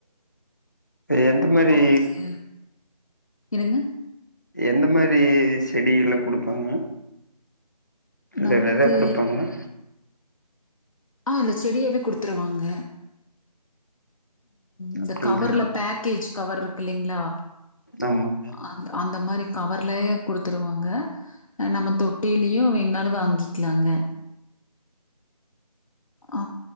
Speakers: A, on the left; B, on the left.
A: எந்த மேரி
B: உங்களுக்கு என்னங்க
A: எந்த மாரி செடிகள குடுப்பாங்க இல்ல
B: நம்மளுக்கு
A: வெத குடுப்பாங்ளா
B: ஆ இல்ல செடியாவே குடுத்துருவாங்க இந்த
A: அப்டிங்களா
B: கவர்ல பேக்கேஜ் கவர் இருக்கு இல்லிங்ளா
A: ஆமாங்க
B: அந்த அந்த மாரி கவர்லயே குடுத்துருவாங்க நம்ம தொட்டிலயு வேணுனாலு வாங்கிக்கிலாங்க ஆ